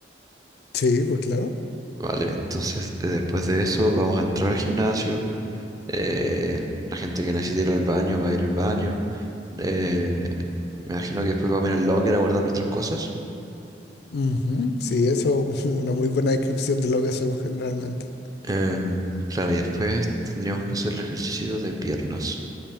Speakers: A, on the left; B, on the right.
A: Sí, pues claro.
B: ¿vale? Entonces, eh, después de eso, vamos a entrar al gimnasio. eh, la gente que necesite ir al baño va a ir al baño. eh, me imagino que después vamos a ir al locker a guardar nuestras cosas.
A: Ujú, Sí, eso es un- una muy buena descripción de lo que hacemos generalmente.
B: Em, claro, y después tendríamos que hacer el ejercicio de piernas,